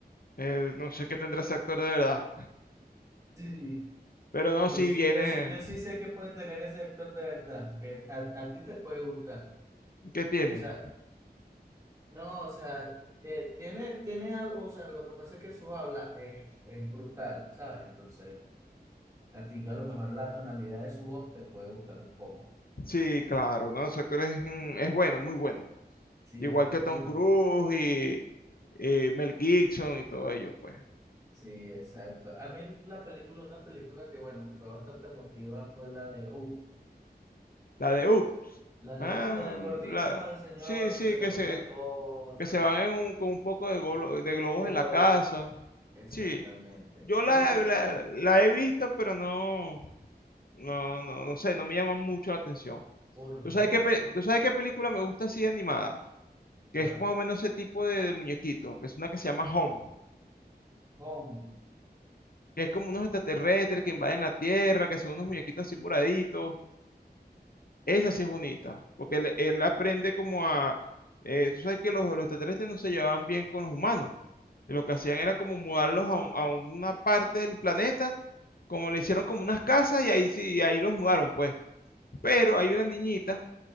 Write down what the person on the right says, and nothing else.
Sí, sí.
Yo
sí,
yo sí, yo sí sé que puede tener ese actor de verdad, que a, a ti te puede gustar.
O sea, no, o sea, que tiene, tiene algo, o sea, lo que pasa es que su habla es, es brutal, ¿sabes? Entonces, a ti a lo mejor la tonalidad de su voz te puede gustar un poco.
Sí,
es
cool.
Sí, exacto. A mí la película, una película que, bueno, fue bastante emotiva fue la de U.
La de
U, la del gordito
con el señor
que se le
muere
la esposa,
¿no?
de
Globo
Exactamente.
Sí,
eh,
porque,
te-
bueno,
home,
no,
o
sea